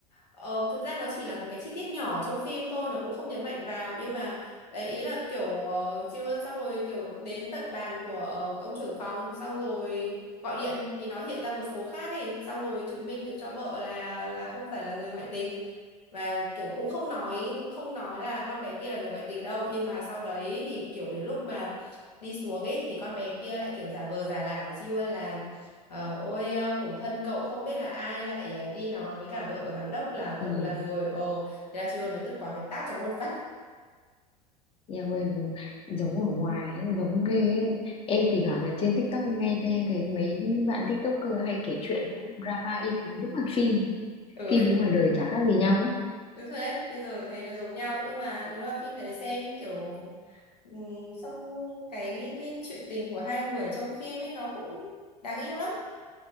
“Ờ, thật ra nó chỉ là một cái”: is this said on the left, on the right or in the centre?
Left